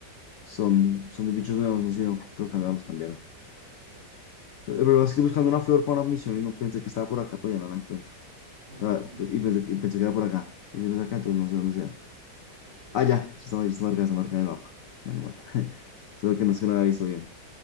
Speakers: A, on the left (about 65°); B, on the right (about 40°).
A: son, son de bichos nuevos, no sé, si no, los cambiaron, los cambiaron.
B: Ok.
A: El problema es que estoy buscando una flor para una misión y no pensé que estaba por acá, pero ya no la encuentro.
B: <laughs>
A: O sea, y pensé, y pensé que era por acá. Y no es acá, entonces no sé dónde sea.
B: Ok.
A: Ah, ya, sí está, mar- está marcada, está marcada en el mapa. Menos mal. <laughs> Solo que no es que no la había visto bien,